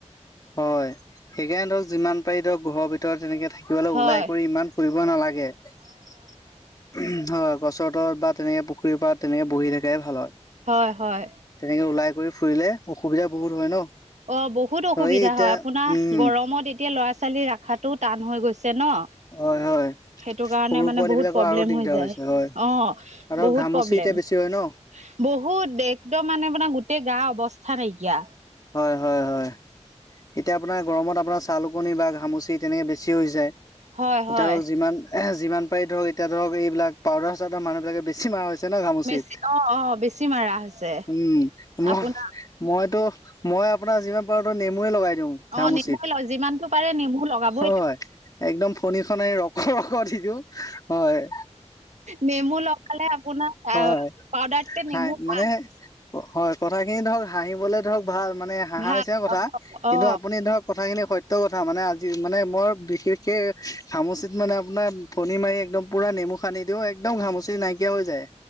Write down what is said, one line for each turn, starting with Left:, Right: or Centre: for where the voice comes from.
Left: হয়, সেইকাৰণে ধৰক যিমান পাৰি ধৰক ঘৰৰ- তেনেকে থাকিবলৈ
Right: হয়
Left: ওলাই কৰি ইমান ফুৰিব নালাগে। হয়, গছৰ তলত বা তেনেকে পুখুৰীৰ পাৰত তেনেকে বহি থকাই ভাল হয়।
Right: হয় হয়।
Left: তেনেকে ওলাই কৰি ফুৰিলে অসুবিধা বহুত হয় ন।
Right: অ', বহুত অসুবিধা
Left: এই এতিয়া
Right: হয়। আপোনাৰ
Left: উম
Right: গৰমত এতিয়া ল'ৰা ছোৱালী ৰখাটো টান হৈ গৈছে ন।
Left: হয় হয়।
Right: সেইটো কাৰণে
Left: সৰু
Right: মানে
Left: পোৱালী
Right: বহুত
Left: বিলাকৰ
Right: প্ৰব্লেম
Left: আৰু দিগদাৰ
Right: হৈ যায়।
Left: হৈছে হয়
Right: অ'
Left: আৰু
Right: বহুত
Left: ঘামুচি
Right: প্ৰব্লেম।
Left: এতিয়া বেছি হয় ন
Right: বহুত বে একদম মানে আপোনা গোটেই গা অৱস্থা নাইকিয়া
Left: হয় হয় হয়। এতিয়া আপোনাৰ গৰমত আপোনাৰ চাল উকনি বা ঘামুচি তেনেকে বেছিও হৈ যায়।
Right: হয়
Left: এতিয়া
Right: হয়
Left: ধৰক যিমান এ যিমান পাৰি ধৰক এতিয়া ধৰক এইবিলাক পাউদাৰ চাউদাৰ মানুহ বিলাকে বেছি মাৰা হৈছে। ন ঘামোচিত
Right: বেছি অ অ বেছি মাৰা হৈছে
Left: উম উম।
Right: আপোনাৰ
Left: মইতো মই আপোনাৰ যিমান পাৰো ত নেমু এ লগাই দিওঁ। ঘামুচিত,
Right: অ নেমু যিমানটো পাৰে নেমু লগাবই
Left: হয়
Right: লাগে।
Left: একদম ফণীখনে ৰকৰ ৰকৰ দি দিউ, হয়।
Right: নেমু লগালে আপোনাৰ পাউদাতকে
Left: হয়।
Right: নেমু
Left: হাই মানে
Right: ভাল।
Left: হয়, কথাখিনি ধৰক হাঁহিবলে ধৰক ভাল, মানে হাঁহাৰ
Right: ভাল
Left: নিচিনা কথা কিন্তু
Right: অ অ
Left: আপুনি ধৰক, কথাখিনি সত্য কথা, মানে আজি মানে মই বিশেষকে ঘামুচিত মানে আপোনাৰ ফণী মাৰি- একদম পুৰা নেমু সানি দিওঁ একদম ঘামুচি নাইকিয়া হৈ যায়।